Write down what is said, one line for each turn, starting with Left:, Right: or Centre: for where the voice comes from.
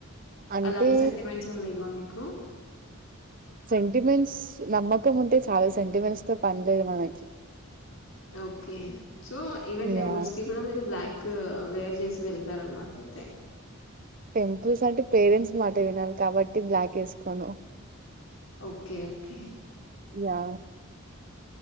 Right: అంటే
Left: అలాంటి సెంటిమెంట్స్ ఏం లేవా మీకు
Right: సెంటిమెంట్స్ నమ్మకం ఉంటే చాలు సెంటిమెంట్స్ తో పన్లేదు మనకి
Left: okay so even temples
Right: yeah
Left: కి కూడా మీరు బ్లాక్ వేర్ చే వెళ్తారన్నమాట అయితే
Right: టెంపుల్స్ అంటే పేరెంట్స్ మాట వినాల కాబట్టి బ్లాక్ ఏసుకోను
Left: ఓకే ఓకే
Right: యా